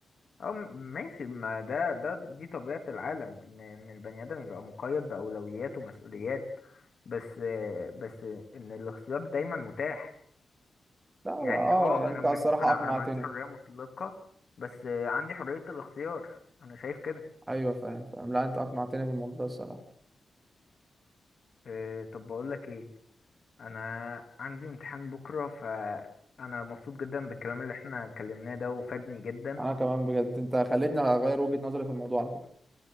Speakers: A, on the left (about 50°); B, on the right (about 20°).
A: اه م- ماشي ما ده ده دي طبيعة العالم ان ان البني ادم يبقى مقيد بأولويات ومسؤوليات بس بس ان الاختيار دايما متاح
B: لا هو-
A: يعني
B: اه
A: اه
B: يعني
A: انا
B: انت
A: مش
B: الصراحه
A: انا
B: اقنعتني
A: انا ما عنديش حرية مطلقة بس عندي حرية الاختيار انا شايف كده
B: ايوه فاهم فاهم لا انت اقنعتني بالموضوع ده الصراحه
A: اه، طب بقول لك ايه انا عندي امتحان بكرة فانا مبسوط جدا بالكلام اللي احنا اتكلمناه ده وفادني جدا
B: انا كمان بجد انت خليتني اغير وجهه نظري في الموضوع على فكره